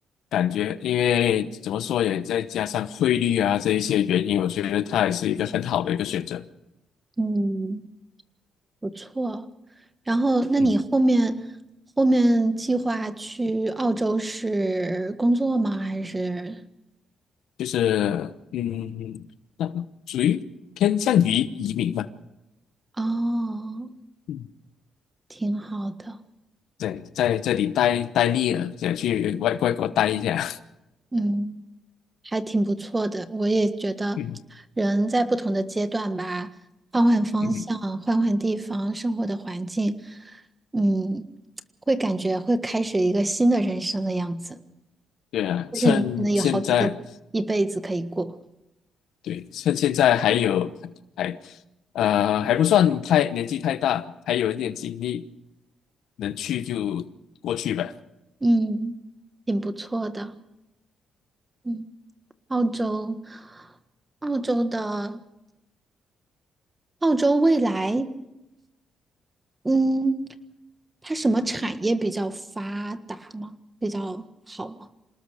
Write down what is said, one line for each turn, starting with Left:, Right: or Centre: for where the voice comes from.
Left: 感觉，因为怎么说也再加上汇率啊这一些原因，我觉得它也是一个很好的一个选择。
Right: 嗯。不错。然后，那你后面
Left: 嗯，
Right: 后面计划去澳洲是工作吗？还是？
Left: 就是嗯，那属于偏向于移民嘛。
Right: 哦，
Left: 嗯，
Right: 挺好的，
Left: 对，在这里待待腻了，想去外外国待一下。
Right: 嗯，还挺不错的。我也觉得，
Left: <laughs> 嗯
Right: 人在不同的阶段吧，换换方向，
Left: 嗯，
Right: 换换地方，生活的环境，嗯，会感觉会开始一个新的人生的样子。
Left: 对啊，
Right: 就是你可能有好几个一辈子可以过，
Left: 趁现在，对，趁现在还有还呃还不算太年纪太大，还有一点精力，能去就过去吧。
Right: 嗯，挺不错的，嗯。澳洲，澳洲的澳洲未来，嗯，它什么产业比较发达吗？比较好吗？